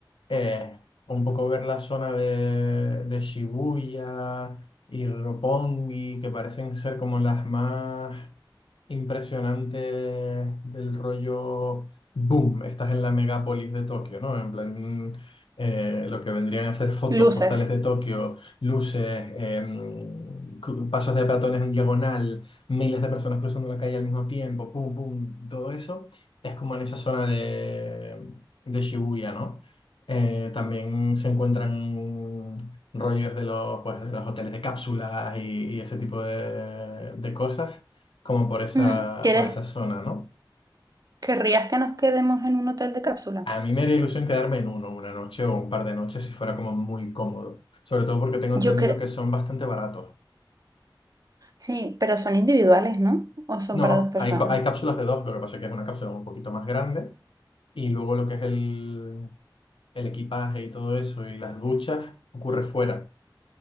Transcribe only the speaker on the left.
eh, un poco ver la zona de, de Shibuya y Roppongi, que parecen ser como las más impresionantes del rollo boom. Estás en la megápolis de Tokio, ¿no? En plan, eh, lo que vendrían a ser fotos
postales de Tokio, luces, em, cru- pasos de peatones en diagonal, miles de personas cruzando la calle al mismo tiempo, pum, pum, todo eso. Es como en esa zona de, de Shibuya, ¿no? Eh, también se encuentran rollos de los, pues, de los hoteles de cápsulas y, y ese tipo de, de cosas, como por esa,
por esa zona, ¿no?
A mí me haría ilusión quedarme en uno, una noche o un par de noches si fuera como muy cómodo, sobre todo porque tengo
entendido
que son bastante baratos.
No,
hay, co- hay cápsulas de dos, lo que pasa es que es una cápsula un poquito más grande y luego lo que es el, el equipaje y todo eso y las duchas ocurre fuera.